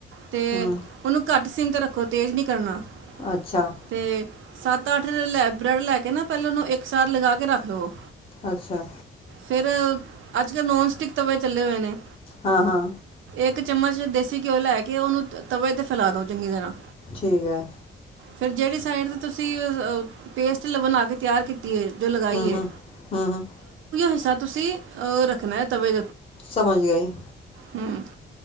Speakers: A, on the right (about 70°); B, on the left (about 25°).
A: ਤੇ
B: ਹੂੰ
A: ਉਹਨੂੰ ਘੱਟ ਸਿਮਤ ਰੱਖੋ ਤੇਜ਼ ਨਹੀਂ ਕਰਨਾ।
B: ਅੱਛਾ।
A: ਅਤੇ ਸੱਤ ਅੱਠ ਲੈ ਬ੍ਰੈਡ ਲੈ ਕੇ ਨਾ ਪਹਿਲਾਂ ਉਹਨੂੰ ਇੱਕ ਸਾਰ ਲਗਾ ਕੇ ਰੱਖ ਲਵੋ।
B: ਅੱਛਾ।
A: ਫਿਰ ਅੱਜ ਕੱਲ੍ਹ ਨੋਨ ਸਟਿਕ ਤਵੇ ਚੱਲੇ ਹੋਏ ਨੇ
B: ਹਾਂ ਹਾਂ
A: ਇੱਕ ਚਮਚ ਦੇਸੀ ਘਿਓ ਲੈ ਕੇ ਕਿ ਉਹਨੂੰ ਤਬ ਤੇ ਫੈਲਾ ਦੋ ਚੰਗੀ ਤਰ੍ਹਾਂ
B: ਠੀਕ ਏ।
A: ਫਿਰ ਜਿਹੜੀ ਸਾਈਡ ਤੋਂ ਤੁਸੀਂ ਪੇਸਟ ਬਣਾ ਕੇ ਤਿਆਰ ਹੈ ਜੋ ਲਗਾਾਈ
B: ਹੂੰ
A: ਹੈ
B: ਹੂੰ ਹੂੰ ਹੂੰ
A: ਹਿਸਾਬ ਤੁਸੀਂ ਅਹ ਰੱਖਣਾ ਹੈ ਤਵੇ
B: ਸਮਝ ਗਈ।
A: ਹਮ।